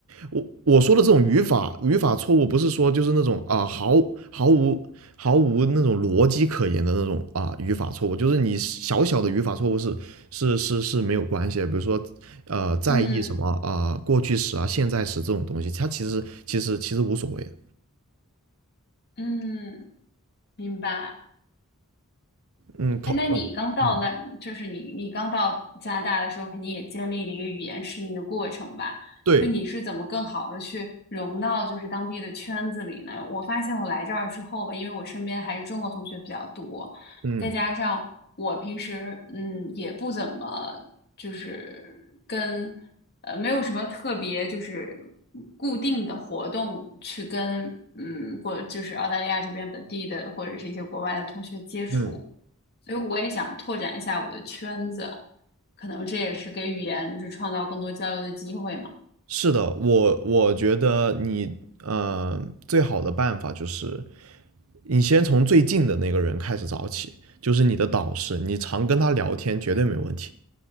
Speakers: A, on the right; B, on the left.
A: 我我说的这种语法语法错误，不是说就是那种啊、毫毫无毫无那种逻辑可言的那种啊、语法错误，就是你小小的语法错误是是是是没有关系的。比如说，呃，在意什么啊、
B: 嗯
A: 过去时啊现在时这种东西，它其实其实其实无所谓的。
B: 嗯，明白。
A: 嗯，口嗯嗯
B: 哎，那你刚到那，就是你你刚到加拿大的时候，肯定也经历了一个语言适应的过程吧？
A: 对
B: 就你是怎么更好的去融到就是当地的圈子里呢？我发现我来这儿之后吧，因为我身边还是中国同学比较多，
A: 嗯
B: 再加上我平时嗯也不怎么就是跟呃没有什么特别就是固定的活动去跟嗯过就是澳大利亚这边本地的或者是一些国外的同学接触。
A: 嗯。
B: 所以我也想拓展一下我的圈子，可能这也是给语言就是创造更多交流的机会嘛。
A: 是的，我我觉得你呃最好的办法就是你先从最近的那个人开始找起，就是你的导师，你常跟他聊天绝对没问题。